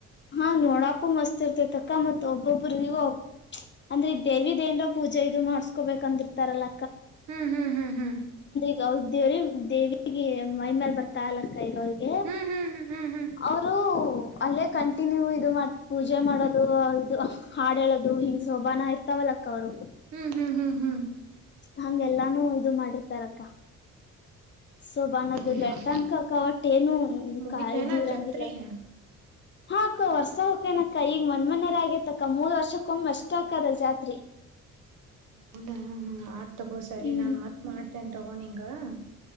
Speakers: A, on the left (about 40°); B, on the right (about 80°).
A: ಹಾ ನೋಡಾಕೂ ಮಸ್ತ್ ಇರ್ತೈತ ಅಕ್ಕ ಅಕ್ಕ ಮತ್ ಒಬ್ಬೊಬ್ಬ್ರಗ ಅಂದ್ರೆ ದೇವಿ ಏನರ ಪೂಜೆ ಇದು ಮಾಡ್ಸ್ಕೊಬೇಕಂದಿರ್ತಾರಲ್ಲ.
B: ಹ್ಮ್ ಹ್ಮ್ ಹ್ಮ್ ಹ್ಮ್
A: ಅವ್ರದ ದೇವ್ರೀ ದೇವಿಗೆ ಮೈ ಮೇಲ್ ಬರ್ತಾಲಲ್ಲ ಅಕ್ಕ ಕೈಗ ಅವರಿಗೆ
B: ಹ್ಮ್ ಹ್ಮ್ ಹ್ಮ್ ಹ್ಮ್ ಹ್ಮ್
A: ಅವರು ಅಲ್ಲೇ ಕಂಟಿನ್ಯೂ ಇದು ಪೂಜೆ ಮಾಡೋದು ಇದು ಹಾಡ್ ಹೇಳೋದು ಹಿಂಗ್ ಸೋಬಾನ ಇರ್ತವ ಅಕ್ಕಾ ಅವರು
B: ಹ್ಮ್ ಹ್ಮ್ ಹ್ಮ್ ಹ್ಮ್
A: ಹಂಗೆ ಎಲ್ಲಾನು ಇದು ಮಾಡಿರ್ತಾರ ಅಕ್ಕ ಸೊಬಾನದು
B: ಹ್ಮ್
A: ಬೆಳ್ತನ್ಕಕನಾ ಅಕ್ಕಾ ವಟ್ ಏನು
B: ಈಗ ಮುಗಿತೇನ
A: ಇದ ಇರಂಗಿಲ್ಲ
B: ಜಾತ್ರಿ <unintelligible>
A: ಹಾ ಅಕ್ಕಾ ವರ್ಷಾ ಹೊಕ್ಕೆನಕ್ಕ ಈಗ ಮನ್ ಮನ್ರ್ ಆಗೇತಕ್ಕ ಮೂರ್ ವರ್ಷಕ್ಕ ಒಮ್ಮೆ ಅಷ್ಟ ಅಕ್ಕ ಅದ ಜಾತ್ರಿ
B: ಹೌದಾ ಹ್ಮ್ ಆತ್ ತಗೋ ಸರಿ
A: ಹ್ಮ್
B: ನಾನ್ ಮತ್ತ್ ಮಾಡ್ತೇನೆ ತೊಗೊ ನಿಂಗ ಹ್ಮ